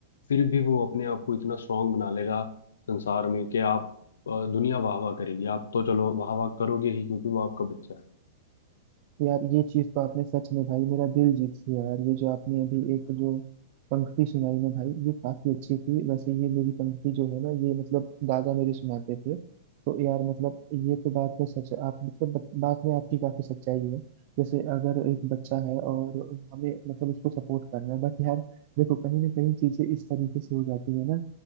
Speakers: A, on the left; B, on the right.
A: फिर भी वो अपने आप को इतना स्ट्रांग बना लेगा संसार में कि आप अ, दुनिया वाह वाह करेगी आप तो चलो वाह वाह करोगे ही क्योंकि वो आपका बच्चा है
B: यार ये चीज तो आपने सच में भाई मेरा दिल जीत लिया यार ये जो आपने अभी एक जो पंक्ति सुनाई ना भाई ये काफी अच्छी थी वैसे ये मेरी पंक्ति जो है ना ये मतलब दादा मेरे सुनाते थे तो यार मतलब ये तो बात में सच है। आप मतलब बत- बात में आपकी काफी सच्चाई है जैसे अगर एक बच्चा है और हमें मतलब उसको सपोर्ट करना है बट यार देखो कहीं ना कहीं चीजें इस तरीके से हो जाती है ना